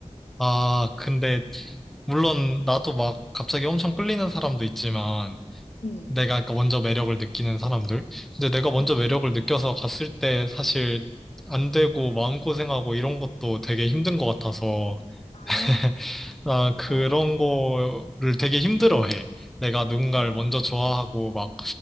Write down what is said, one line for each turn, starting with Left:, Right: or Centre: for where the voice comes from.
Centre: 아, 근데, 물론, 나도 막 갑자기 엄청 끌리는 사람도 있지만,
Left: 응.
Centre: 내가 아까 먼저 매력을 느끼는 사람들. 근데 내가 먼저
Left: 응.
Centre: 매력을 느껴서 갔을 때 사실 안 되고 마음고생하고 이런 것도 되게 힘든 것 같아서,
Left: 아,
Centre: <laughs> 나 그런
Left: 아,
Centre: 거를 되게 힘들어해. 내가 누군가를
Left: 아,
Centre: 먼저 좋아하고 막